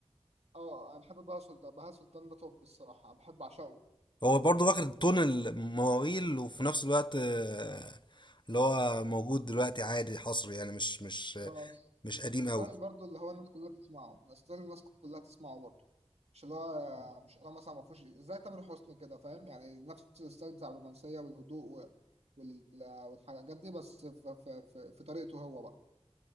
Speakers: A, on the right; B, on the left.
A: اه أنا بحب بهاء سلطان بهاء سلطان ده توب الصراحة بحب أعشقه
B: هو برضه واخد تون المواويل وفي نفس الوقت آه، اللي هو موجود دلوقتي عادي حصري يعني مش مش
A: اه
B: مش قديم
A: ستايل
B: قوي
A: برضه اللي هو الناس كلها تسمعه ستايل الناس كلها تسمعه برضه مش اللي هو مش اللي هو مثلا ما فيهوش زي تامر حسني كده فاهم يعني نفس الستايل بتاع الرومانسية والهدوء و- وال... والحاجات دي بس في, في, في, في طريقته هو بقى